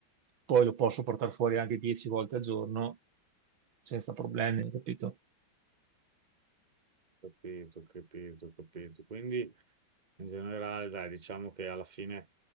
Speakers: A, on the right; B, on the right.
A: poi lo posso portare fuori anche dieci volte al giorno senza problemi, capito?
B: Capito, capito, capito. Quindi in generale, dai, diciamo che alla fine